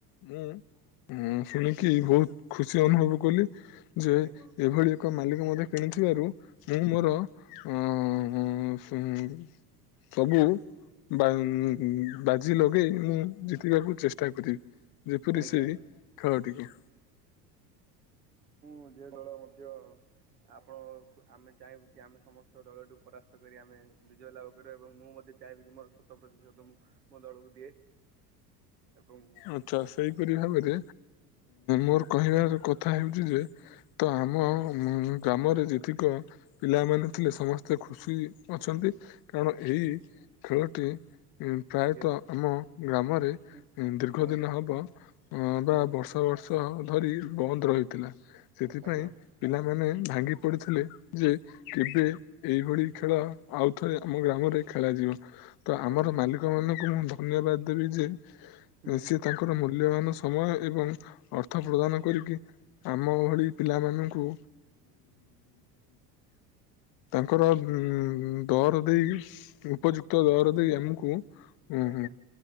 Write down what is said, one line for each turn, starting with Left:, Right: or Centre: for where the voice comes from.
Left: ମୁଁ ହଁ ଶୁଣିକି ବହୁତ ଖୁସି ଅନୁଭବ କଲି ଯେ
Right: ଆଜ୍ଞା
Left: ଏଭଳି ଏକ ମାଲିକ ମଧ୍ୟ କିଣିଥିବାରୁ ମୁଁ ମୋର ଅଂ-ଅଂ ସବୁ ବା ବାଜି ଲଗେଇ ମୁଁ ଜିତିବାକୁ ଚେଷ୍ଟା କରିବି। ଯେପରି
Right: ଆଜ୍ଞା
Left: ସେ ଖେଳଟିକୁ
Right: ମୁଁ ଯେ ଦଳ ମଧ୍ୟ ଆପଣ ଆମେ ଚାହିଁବୁ କି ଆମେ ସମସ୍ତ ଦଳଠୁ ପରାସ୍ତ କରି ଆମେ ବିଜୟ ଲାଭ କରିବୁ ଏବଂ ମୁଁ ମଧ୍ୟ ଚାହିବ କିି ମୋର ଶତ ପ୍ରତିଶତ ମୁଁ ମୋ ଦଳକୁ ଦିଏ। ଏବଂ
Left: ଆଚ୍ଛା ସେଇପରି ଭାବରେ ମୋର କହିବାର କଥା ହଉଛି ଯେ ତ ଆମ ଗ୍ରାମରେ ଯେତିକ ପିଲାମାନେ ଥିଲେ ସମସ୍ତେ ଖୁସି ଅଛନ୍ତି କାରଣ ଏଇ ଖେଳଟି ପ୍ରାୟତଃ
Right: ଆଜ୍ଞା
Left: ଆମ ଗ୍ରାମରେ
Right: ହୁଁ
Left: ଦୀର୍ଘ
Right: ହୁଁ
Left: ଦିନ ହବ
Right: ହୁଁ
Left: ବା ବର୍ଷ ବର୍ଷ ଧରି ବନ୍ଦ ରହିଥିଲା। ସେଥିପାଇଁ
Right: ଆଜ୍ଞା
Left: ପିଲାମାନେ ଭାଙ୍ଗି ପଡ଼ିଥିଲେ ଯେ
Right: ହୁଁ
Left: କେବେ ଏଇଭଳି ଖେଳ ଆଉଥରେ ଆମ ଗ୍ରାମରେ ଖେଳାଯିବ। ତ ଆମର
Right: ଆଜ୍ଞା
Left: ମାଲି କ ମାନଙ୍କୁ ମୁଁ ଧନ୍ୟବାଦ ଦେବି ଯେ
Right: ହୁଁ ହୁଁ
Left: ସେ ତାଙ୍କ ଙ୍କର ମୂଲ୍ୟବାନ ସମୟ ଏବଂ ଅର୍ଥ ପ୍ରଦାନ କରିକି ଆମ ଭଳି ପିଲାମାନଙ୍କୁ ତାଙ୍କର ଉ ଦର ଦେଇ ଉପଯୁକ୍ତ ଉତ ଦର ଦେଇ ଆମକୁ ଉ
Right: ହୁଁ ଆଜ୍ଞା